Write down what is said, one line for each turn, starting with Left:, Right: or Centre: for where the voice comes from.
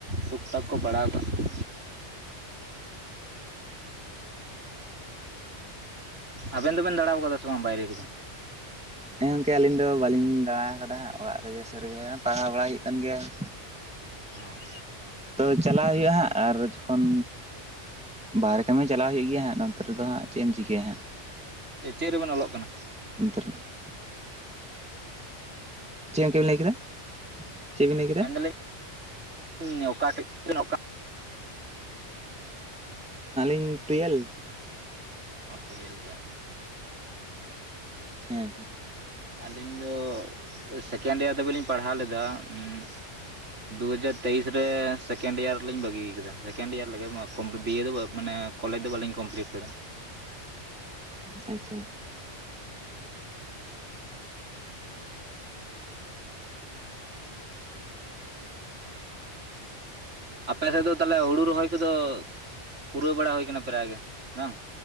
Right: ᱴᱩᱠ ᱴᱟᱠ ᱠᱚ ᱯᱟᱲᱦᱟᱣ ᱠᱟᱜ-ᱟ᱾ ᱟᱵᱮᱱ ᱫᱚ ᱵᱮᱱ ᱫᱟᱬᱟᱣ ᱠᱟᱫᱟ ᱥᱮ ᱵᱟᱝ ᱵᱟᱭᱨᱮ ᱠᱚ ᱫᱚ?
Centre: ᱦᱮᱸ ᱜᱚᱝᱠᱮ ᱟᱹᱞᱤᱧ ᱫᱚ ᱵᱟᱹᱞᱤᱧ ᱫᱟᱬᱟ ᱠᱟᱫᱟ ᱚᱲᱟᱜ ᱨᱮᱜᱮ ᱥᱟᱹᱨᱤ ᱜᱮ ᱯᱟᱲᱦᱟᱣ ᱵᱟᱲᱟᱭ ᱦᱩᱭᱩᱜ ᱠᱟᱱ ᱜᱮᱭᱟ ᱾
Right: ᱚᱸᱻ
Centre: ᱛᱚ ᱪᱟᱞᱟᱣ ᱦᱳᱭᱳᱜ-ᱟ ᱦᱟᱸᱜ ᱟᱨ ᱡᱚᱠᱷᱚᱱ ᱵᱟᱨᱦᱮ ᱠᱟᱹᱢᱤ ᱪᱟᱞᱟᱣ ᱦᱩᱭᱩᱜ ᱜᱮᱭᱟ ᱦᱟᱸᱜ ᱱᱚᱛᱮ ᱨᱮᱫᱚ ᱦᱟᱸᱜ ᱪᱮᱫ ᱮᱢ ᱪᱤᱠᱟᱹᱭᱟ ᱦᱟᱸᱜ?
Right: ᱪᱮᱫ ᱨᱮᱵᱮᱱ ᱚᱞᱚᱜ ᱠᱟᱱᱟ?
Centre: <inaudible> ᱪᱮᱫ ᱜᱚᱢᱠᱮᱢ ᱞᱟᱹᱭ ᱠᱮᱫᱟ? ᱪᱮᱫ ᱵᱤᱱ ᱞᱟᱹᱭ ᱠᱮᱫᱟ
Right: ᱢᱮᱱ ᱫᱟᱹᱞᱤᱧ <unintelligible> ᱚᱠᱟ
Centre: ᱩᱸ ᱴᱩᱭᱮᱞᱵᱷ ᱾
Right: ᱚᱸ ᱴᱩᱭᱮᱞᱯᱷ ᱨᱮ ᱾
Centre: ᱦᱮᱸ ᱜᱚᱝᱠᱟ᱾
Right: ᱟᱹᱞᱤᱧ ᱫᱚ ᱥᱮᱠᱮᱱᱰ ᱤᱭᱟᱨ ᱫᱷᱟᱹᱵᱤᱡ ᱞᱤᱧ ᱯᱟᱲᱦᱟᱣ ᱞᱮᱫᱟ ᱩᱸ ᱾ ᱫᱩᱦᱟᱡᱟᱨ ᱛᱮᱭᱤᱥ ᱨᱮ ᱥᱮᱠᱮᱱᱰ ᱰᱤᱭᱟᱨ ᱨᱮᱞᱤᱧ ᱵᱟᱹᱜᱤᱭ ᱠᱟᱫᱟ ᱥᱮᱠᱮᱱᱰ ᱰᱤᱭᱟᱨ ᱞᱮᱜᱮ ᱢᱟ ᱠᱚᱢ ᱵᱤ ᱵᱟᱹᱫᱤᱭᱟᱹ ᱫᱚ ᱵᱟᱝ ᱢᱟᱱᱮ ᱠᱚᱞᱮᱡᱽ ᱫᱚ ᱵᱟᱹᱞᱤᱧ ᱠᱚᱢᱯᱞᱤᱴ ᱠᱟᱫᱟ ᱾
Centre: ᱟᱪᱷᱟ᱾
Right: ᱟᱯᱮ ᱥᱮᱫ ᱫᱚ ᱛᱟᱦᱚᱞᱮ ᱦᱩᱲᱩ ᱨᱚᱦᱚᱭ ᱠᱚᱫᱚ ᱯᱩᱨᱟᱹᱣ ᱵᱟᱲᱟ ᱦᱳᱭ ᱠᱟᱱᱟ ᱯᱨᱟᱭ ᱜᱮ ᱵᱟᱝ᱾